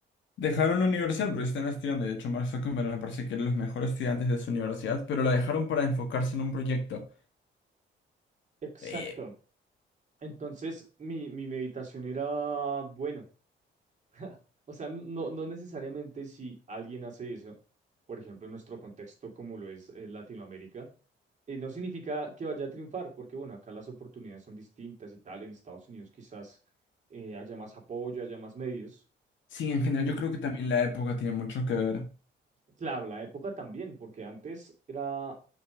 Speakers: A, on the left (about 70°); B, on the right (about 35°).
A: dejaron la universidad porque están estudiando, y de hecho Mark Zuckerberg me parece que era los mejores estudiantes de su universidad, pero la dejaron para enfocarse en un proyecto.
B: exacto.
A: Eh,
B: Entonces, mi, mi meditación era, bueno. <laughs> O sea, no, no necesariamente si alguien hace eso, por ejemplo, en nuestro contexto como lo es eh, Latinoamérica, eh, no significa que vaya a triunfar, porque bueno, acá las oportunidades son distintas y tal. En Estados Unidos quizás eh, haya más apoyo, haya más medios.
A: sí, en
B: Mm,
A: general yo creo que también la época tiene mucho que ver.
B: claro, la época también, porque antes era